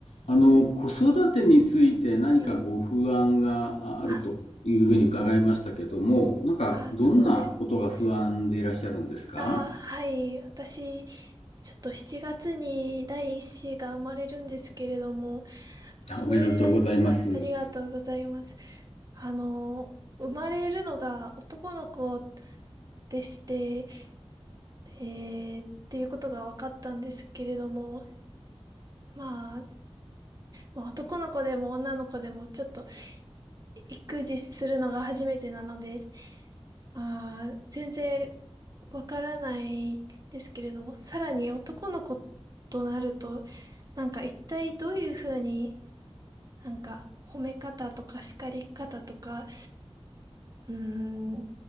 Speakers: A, on the left; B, on the right.
A: あの、子育てについて何かご不安があるというふうに伺いましたけども、
B: え、あ、
A: なんかどんなことが不安でいらっしゃるんですか
B: あ、そうですね。あ、はい。私、ちょっと7月に第一子が生まれるんですけれども、それ、
A: おめでとうございます。
B: あ、ありがとうございます。あの、生まれるのが男の子でして、えーっていうことが分かったんですけれども、まあ、まあ、男の子でも女の子でもちょっと育児するのが初めてなので、ああ、全然わからないですけれども、さらに男の子となると、なんか一体どういうふうになんか褒め方とか叱り方とか、うーん、